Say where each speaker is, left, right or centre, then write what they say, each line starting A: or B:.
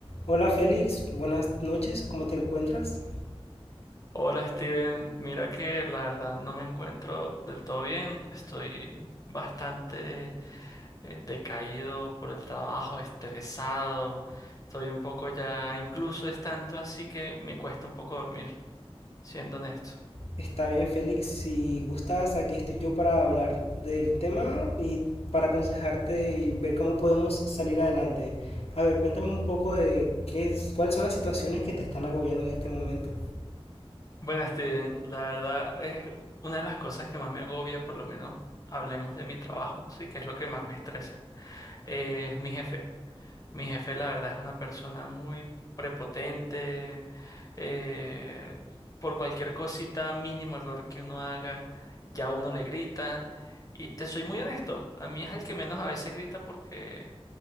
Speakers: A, on the left; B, on the left.
A: Hola Félix, buenas noches, ¿cómo te encuentras?
B: Hola Steven, mira que la verdad no me encuentro del todo bien, estoy bastante eh, decaído por el trabajo, estresado, estoy un poco ya, incluso es tanto así que me cuesta un poco dormir, siendo honesto.
A: Está bien Félix, si gustas, aquí estoy yo para hablar del tema y para aconsejarte y ver cómo podemos salir adelante. A ver, cuéntame un poco de qué es, cuáles son las situaciones que te están agobiando en este momento.
B: Bueno Steven, la verdad es una de las cosas que más me agobia, por lo menos hablemos de mi trabajo, sí, que es lo que más me estresa, eh, es mi jefe. Mi jefe, la verdad, es una persona muy prepotente. eh, por cualquier cosita, mínimo error que uno haga, ya uno le grita. Y te soy muy honesto, a mí es el que menos a veces grita porque